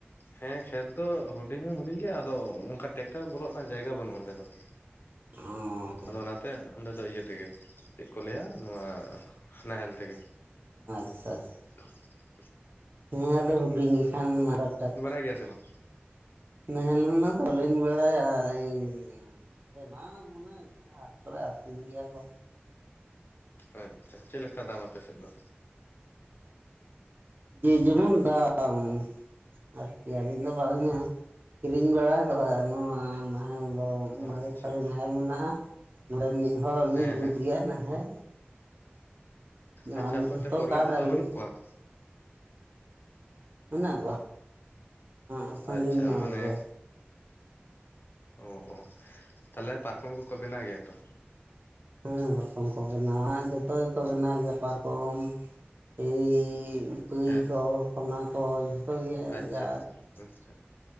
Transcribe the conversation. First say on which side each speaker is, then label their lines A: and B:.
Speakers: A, on the left; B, on the right.
A: ᱦᱮᱸ ᱠᱷᱮᱛ ᱫᱚ ᱦᱩᱰᱤᱧ ᱦᱚᱸ ᱦᱩᱰᱤᱧ ᱜᱮᱭᱟ ᱟᱫᱚ ᱚᱱᱠᱟ ᱴᱮᱠᱴᱟᱨ ᱵᱚᱞᱚᱜ ᱨᱮᱱᱟᱜ ᱡᱟᱭᱜᱟ ᱵᱟᱹᱱᱩᱜᱼᱟ ᱚᱸᱰᱮ ᱫᱚ <inaudible>
B: ᱚᱻ
A: ᱟᱫᱚ ᱚᱱᱟᱛᱮ ᱚᱸᱰᱮ ᱫᱚ ᱤᱭᱟᱹ ᱛᱮᱜᱮ ᱪᱮᱫ ᱠᱚ ᱞᱟᱹᱭᱟ ᱱᱚᱣᱟ ᱱᱟᱦᱮᱞ ᱛᱮᱜᱮ
B: ᱟᱪᱪᱷᱟ ᱟᱪᱪᱷᱟ
A: <inaudible>
B: ᱦᱮᱸ ᱦᱩᱰᱤᱧ ᱜᱮ ᱠᱷᱟᱱ <unintelligible>
A: ᱴᱷᱤᱠ ᱜᱮᱭᱟ ᱥᱮ ᱵᱟᱝ?
B: ᱱᱟᱦᱮᱞ ᱦᱚᱱᱟ ᱵᱟᱞᱤᱧ ᱵᱟᱲᱟᱭᱟ ᱤᱧ <inaudible> ᱦᱟᱸᱴ ᱠᱚᱨᱮ ᱟᱠᱷᱨᱤᱧ ᱜᱮᱭᱟ ᱠᱚ
A: ᱟᱪᱪᱷᱟ ᱪᱮᱫ ᱞᱮᱠᱟ ᱫᱟᱢ ᱟᱯᱮᱥᱮᱫ ᱫᱚ?
B: ᱡᱮ ᱡᱮᱢᱚᱱ ᱫᱟᱢ ᱟᱨᱠᱤ ᱟᱹᱞᱤᱧ ᱫᱚ ᱵᱟᱞᱤᱧ ᱠᱤᱨᱤᱧ ᱵᱟᱲᱟ ᱟᱠᱟᱫᱟ ᱱᱚᱣᱟ ᱟᱫᱚ ᱫᱚ
A: ᱟᱪᱪᱷᱟ
B: ᱢᱟᱨᱮ ᱯᱟᱨᱮ ᱱᱟᱦᱮᱞ ᱢᱮᱱᱟᱜᱼᱟ ᱱᱚᱰᱮ ᱢᱤᱫ ᱦᱚᱲ ᱩᱱᱤ
A: ᱦᱮᱸ
B: ᱡᱩᱛ
A: ᱦᱮᱸ
B: ᱜᱮᱭᱟ ᱱᱟᱦᱮᱞ
A: ᱟᱪᱪᱷᱟ
B: ᱟᱞᱤᱧ
A: ᱟᱯᱮ
B: ᱡᱚᱛᱚ
A: ᱚᱱᱛᱮ ᱠᱚᱨᱜᱟ
B: ᱠᱟᱴ
A: ᱠᱚᱫᱚ
B: ᱟᱞᱤᱧ
A: ᱵᱟᱹᱱᱩᱜ ᱠᱚᱣᱟ?
B: ᱢᱮᱱᱟᱜ ᱠᱚᱣᱟ, ᱟᱸ ᱥᱟᱺᱜᱤᱧ
A: ᱟᱪᱪᱷᱟ
B: ᱧᱚᱜ
A: ᱢᱟᱱᱮ
B: ᱨᱮᱜᱮ᱾
A: ᱚ ᱚ ᱛᱟᱦᱚᱞᱮ ᱯᱟᱨᱠᱚᱢ ᱠᱚᱠᱚ ᱵᱮᱱᱟᱣ ᱜᱮᱭᱟ ᱛᱚ?
B: ᱦᱮᱸ ᱯᱟᱨᱚᱠᱚᱢ ᱠᱚ ᱵᱮᱱᱟᱣᱟ ᱡᱚᱛᱚ ᱜᱮᱠᱚ ᱵᱮᱱᱟᱣ ᱜᱮᱭᱟ ᱯᱟᱨᱠᱚᱢ ᱮᱭ ᱯᱟᱹᱭ
A: ᱦᱮᱸ
B: ᱠᱚ ᱚᱱᱟ ᱠᱚ ᱡᱷᱚᱛᱚ ᱜᱮ
A: ᱟᱪᱪᱷᱟ
B: ᱡᱟ
A: ᱟᱪᱪᱷᱟ